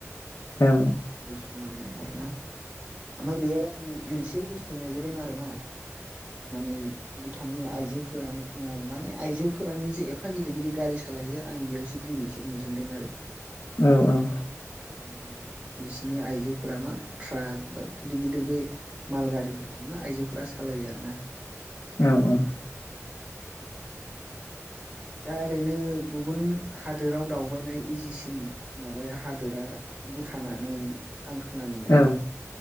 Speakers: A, on the left; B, on the right.
A: औ
B: जोबोर समायना आरोना ओमफ्राइ बेयाव मोनसे मोनसे बुस्थु नुबोदों आरो ना माने भुटाननि आइजोफोरानो माने आइजोफोरानो जे एफा गिदिर गिदिर गारि सालायो आं बेयावसो गिबि खेब नुजेनदों आरो
A: औ औ
B: माने बिसिनि आइजोफोरा मा ट्राक बा गिदिर गिदिर बे माल गारिफोरखौनो आइजोफोरा सालायो आरोना
A: औ औ
B: दा ओरैनो गुबुन हादोराव दावबायनाय इजिसिन माबाया हादोरा भुटानानो। आं खोनानो मोननायाव।
A: औ